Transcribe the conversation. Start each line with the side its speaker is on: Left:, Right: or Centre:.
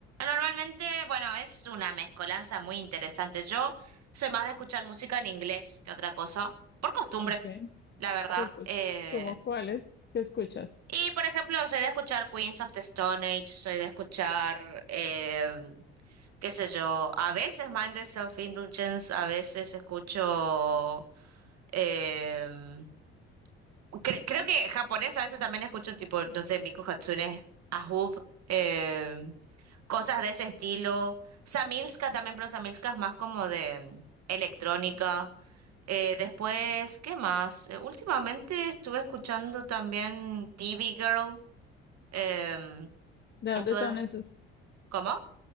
Right: normalmente, bueno, es una mezcolanza muy interesante. Yo soy más de escuchar música en inglés que otra cosa, por costumbre,
Left: Ok,
Right: la verdad.
Left: por cos-
Right: Eh,
Left: ¿Cómo cuáles que escuchas?
Right: y, por ejemplo, soy de escuchar Queens of the Stone Age, soy de escuchar, eh, qué sé yo, a veces Mind the Self-Indulgence, a veces escucho... em, Cre- creo que japonés a veces también escucho tipo, no sé, Miku Hatsune, Ahub, eh, cosas de ese estilo. Samilska también, pero Samilska es más como de mm, electrónica. Eh, después, ¿qué más? Eh, últimamente estuve escuchando también TV Girl. em,
Left: ¿De dónde
Right: estuve,
Left: son esos?
Right: ¿cómo?